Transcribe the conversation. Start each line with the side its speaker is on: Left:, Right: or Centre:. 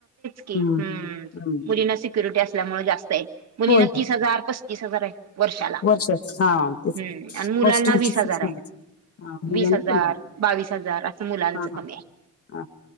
Right: हम्
Left: हम्म हम्म
Right: मुलींना सिक्युरिटी असल्यामुळे जास्त आहे मुलींना
Left: होय होय
Right: तीस हजार पस्तीस हजार आहे वर्षाला
Left: वर्षाच हा तेच
Right: हम्म आणि मुलांना
Left: हॉस्टेलची
Right: वीस हजार
Left: फीस
Right: आहे
Left: म्हणायची हा मुलांना
Right: वीस हजार
Left: कमी आहे.
Right: बावीस हजार असं मुलांच
Left: हा हा
Right: कमी आहे
Left: हा